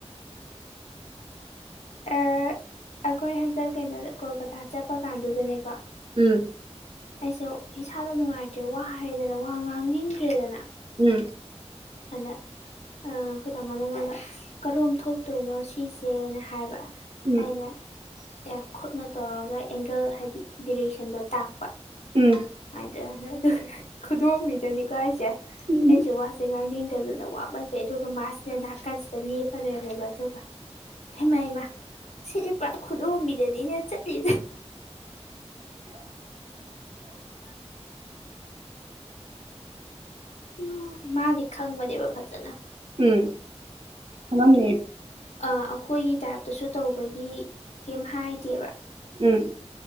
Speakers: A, on the left; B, on the right.
A: ꯑꯦ ꯑꯈꯣꯏ ꯍꯟꯇꯛ ꯀꯩꯅꯣꯗ ꯀꯣꯜꯀꯇꯥ ꯆꯠꯄ ꯀꯥꯟꯗꯨꯗꯅꯦꯀꯣ
B: ꯎꯝ
A: ꯑꯩꯁꯨ ꯏꯁꯥꯗꯣ ꯅꯨꯡꯉꯥꯏꯇ꯭ꯔꯦ ꯋꯥꯔꯦꯗꯅ ꯋꯥ ꯉꯥꯡꯅꯤꯡꯗ꯭ꯔꯦꯗꯅꯥ
B: ꯎꯝ
A: ꯑꯗ ꯑ ꯑꯈꯣꯏ ꯇꯥꯃꯣꯅꯦ ꯑꯩꯉꯣꯟꯗ ꯀꯔꯣꯝ ꯊꯣꯛꯇꯣꯏꯅꯣ ꯁꯤꯁꯦꯅ ꯍꯥꯏꯕ
B: ꯎꯝ
A: ꯑꯩꯅ ꯑꯦ ꯈꯨꯠꯅ ꯇꯧꯔꯒ ꯑꯦꯡꯒꯜ ꯍꯥꯏꯗꯤ ꯗꯤꯔꯦꯛꯁꯟꯗꯣ ꯇꯥꯛꯄ
B: ꯎꯝ
A: ꯗꯗꯥꯅ ꯑꯗꯨꯒ ꯈꯨꯗꯣꯝꯕꯤꯗꯅꯤꯀꯣ ꯍꯥꯢꯁꯦ ꯑꯩꯖꯦ
B: ꯎꯝ
A: ꯋꯥꯖ ꯅꯤꯡꯗꯗꯅ ꯋꯥꯃꯟꯕꯩ ꯑꯗꯨꯒ ꯃꯥꯁꯤꯅ ꯅꯥꯀꯟꯁꯤꯗ ꯂꯦꯞꯄ ꯂꯩꯔꯝꯃꯦꯕ ꯑꯗꯨꯒ ꯍꯦꯃꯥ ꯍꯦꯃꯥ ꯁꯤꯗꯤ ꯄꯨꯔꯥ ꯈꯨꯗꯣꯝꯕꯤꯗꯅꯤꯅꯦ ꯆꯠꯂꯤ ꯍꯝ ꯃꯥꯗꯤ ꯈꯪꯕꯅꯦꯕ ꯐꯠꯖꯅ
B: ꯎꯝ ꯈꯜꯂꯝꯃꯤꯅꯤ
A: ꯑꯥ ꯑꯈꯣꯏꯒꯤ ꯇꯥꯏꯞꯇꯁꯨ ꯇꯧꯕꯒꯤ ꯀ꯭ꯌꯝ ꯍꯥꯏꯗꯦꯕ
B: ꯎꯝ